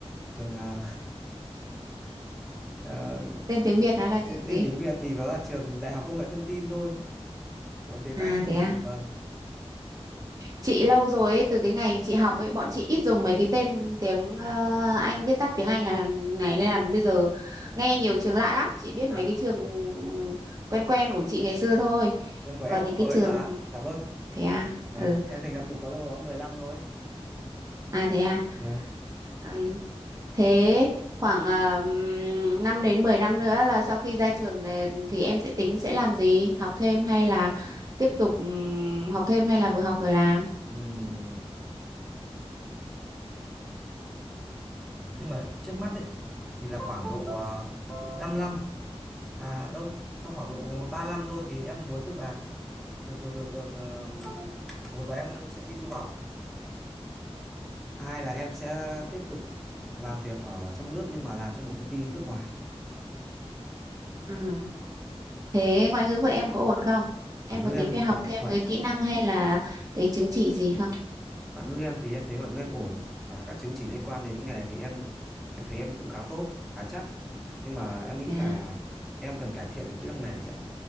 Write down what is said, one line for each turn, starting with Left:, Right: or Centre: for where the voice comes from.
Centre: trường là <laughs> ờ,
Right: Tên tiếng Việt nó là trường
Centre: tên,
Right: gì?
Centre: tên tiếng Việt thì nó là trường Đại học Công nghệ Thông tin thôi còn tiếng
Right: À
Centre: Anh
Right: thế
Centre: thì
Right: à?
Centre: vâng
Right: chị lâu rồi ấy, từ cái ngày chị học ấy bọn chị ít dùng mấy cái tên tiếng ờ, Anh viết tắt tiếng Anh là này nên là bây giờ nghe nhiều trường lạ lắm chị biết
Centre: dạ
Right: mấy cái trường quen quen của chị ngày xưa thôi
Centre: trường của em
Right: còn những
Centre: cũng
Right: cái
Centre: mới
Right: Dạ. trường
Centre: mà dạ vâng
Right: thế à
Centre: Vâng,
Right: ừ
Centre: em thành lập được có đâu đó 15 rồi
Right: à thế à
Centre: Vâng.
Right: Ừm, thế khoảng uh, 5 đến 10 năm nữa là sau khi ra trường thì, thì em sẽ tính sẽ làm gì học thêm hay là tiếp tục ừm, học thêm hay là vừa học vừa làm
Centre: Ừm, nhưng mà trước mắt ấy thì là khoảng độ uh, 5 năm à đâu trong khoảng độ 3 năm thôi thì em muốn được là được được được được ờ, một là em sẽ đi du học, hai là em sẽ tiếp tục làm việc ở trong nước nhưng mà làm cho một công ty nước ngoài.
Right: ừ Thế ngoại ngữ của em có ổn không?
Centre: Ngoại
Right: Em
Centre: ngữ
Right: có tính
Centre: em
Right: phải học
Centre: ngoại
Right: thêm
Centre: ngoại
Right: cái kỹ năng hay là cái chứng chỉ gì không?
Centre: ngoại ngữ em thì em thấy ngoại ngữ em ổn và các chứng chỉ liên quan đến nghề thì em em thấy em cũng khá tốt, khá chắc. Nhưng mà em nghĩ
Right: à
Centre: là em cần cải thiện về kỹ năng mềm chị ạ.